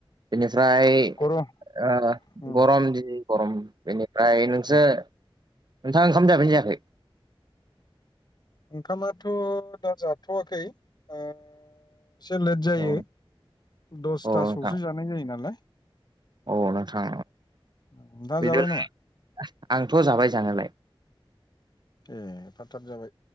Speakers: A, on the right; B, on the left.
A: बेनिफ्राय
B: गर'
A: ओ
B: उम
A: गरम जि गरम बेनिफ्राय नोंसो
B: उम
A: नोंथाङा ओंखाम जाबायना जायाखै?
B: ओंखामाथ' दा जाथ'वाखै ओ एसे लेट जायो
A: औ
B: दसथासोआवसो
A: औ नोंथां
B: जानाय जायो नालाय
A: औ नोंथां
B: नोंथाङा
A: बिदिब्ला
B: जाबाय नामा?
A: आंथ' जाबाय जानायलाय।
B: ए एफा थाब जाबाय